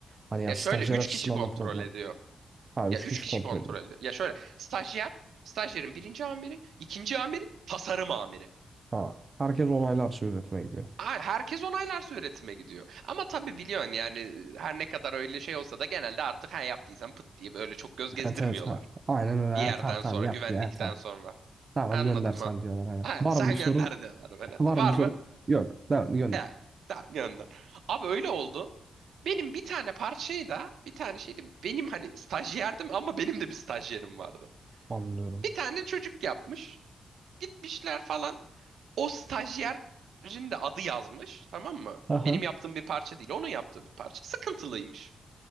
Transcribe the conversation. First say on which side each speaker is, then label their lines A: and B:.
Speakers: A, on the right; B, on the right.
A: Hani ya
B: ya
A: stajyer
B: şöyle 3
A: açısından
B: kişi kontrol
A: da problem.
B: ediyor.
A: Ha 3
B: Ya 3
A: kişi
B: kişi
A: kontrol
B: kontrol
A: ediyor.
B: ediyor. Ya şöyle stajyer, stajyerin birinci amiri, ikinci amiri, tasarım amiri.
A: Ha herkes onaylarsa üretime gidiyor.
B: Aa, Herkes onaylarsa üretime gidiyor. Ama tabii biliyorsun yani her ne kadar öyle şey olsa da genelde artık ha yaptıysam pıt diye böyle çok göz gezdirmiyorlar.
A: Evet evet ha. Aynen öyle.
B: Bir
A: Ha,
B: yerden
A: tamam tamam
B: sonra,
A: yap
B: güvendikten
A: diyor. Ha, tamam.
B: sonra.
A: Tamam
B: Anladın
A: hadi gönder sen
B: mı?
A: diyorlar hani.
B: Ha,
A: Var
B: sen
A: mı bir sorun?
B: gönder diyorlar böyle.
A: Var
B: Var
A: mı bir sorun?
B: mı?
A: Yok. Tamam gönder.
B: Evet. Tamam gönder. Abi öyle oldu. Benim bir tane parçayı da, bir tane şeydi benim hani stajyerdim ama benim de bir stajyerim vardı.
A: Anlıyorum.
B: Bir tane çocuk yapmış. Gitmişler falan. O stajyerin de adı yazmış. Tamam mı?
A: Aha
B: Benim yaptığım bir parça değil. Onun yaptığı bir parça. Sıkıntılıymış.